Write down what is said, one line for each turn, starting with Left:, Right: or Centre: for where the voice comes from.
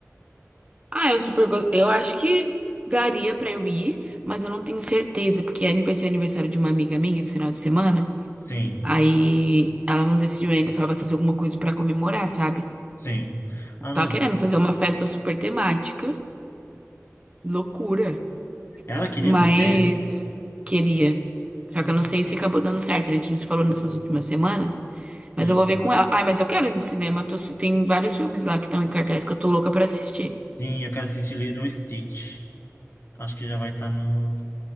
Right: Ah, eu super gosto. Eu acho que daria pra eu ir, mas eu não tenho certeza, porque ani- vai ser aniversário de uma amiga minha esse final de semana.
Left: Sim,
Right: Aí ela não decidiu ainda se ela vai fazer alguma coisa pra comemorar, sabe?
Left: sim. Ah,
Right: Tava
Left: não.
Right: querendo fazer uma festa super temática, loucura,
Left: Ela queria
Right: mas
Left: fazer?
Right: queria. Só
Left: Ah,
Right: que eu não sei se acabou dando certo. A gente não se falou nessas últimas semanas,
Left: sim.
Right: mas eu vou ver com ela. Ai, mas eu quero ir no cinema. tô- Tem vários filmes lá que estão em cartaz que eu tô louca pra assistir.
Left: Sim, eu quero assistir Lilo Stitch. Acho que já vai estar no,